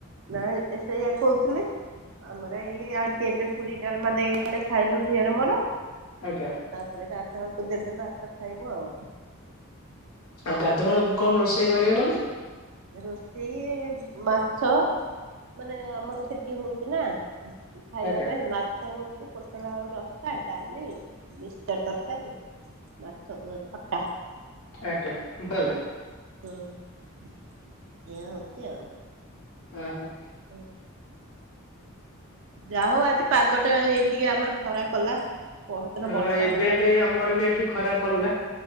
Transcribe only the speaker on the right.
ନାଇ ସେଇଆ କହୁଥିଲି। ଆମର ଏଇ ଆକି ଏବେ ପୁରୀ ଡାଲମା ଦେଇଗଲେ ଖାଇଲୁ ଝିଅର ମୋର।
ତାପରେ ଗାଧୁଆ ବେଳକୁ ଦେବେ ଭାତ ଖାଇବୁ ଆଉ।
ରୋଷଇ ମାଛ। ମାନେ ଆମର ସେତି ହଉଛି ନା ଖାଇବା
ପାଇଁ ମା ମାଛ ହଉଛି ପୋଟଳ ଆଉ ରସା ଡାଲି ମିକ୍ସଚର ତରକାରୀ। ମାଛ ତ ଖଟା।
ହୁଁ ଏଇଆ ହେଉଛି ଆଉ।
ହୁଁ। ଯା ହଉ ଆଜି ପାଗଟା ଏଇଠିକେ ଆମର ଖରା କଲା। ପହରଦିନ
ବର୍ଷା
ହଉଥିଲା